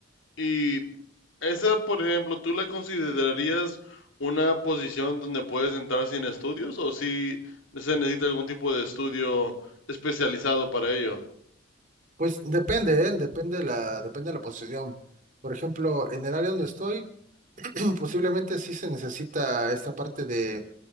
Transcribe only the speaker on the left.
Y esa, por ejemplo, ¿tú la considerarías una posición donde puedes entrar sin estudios o si se necesita algún tipo de estudio especializado para ello?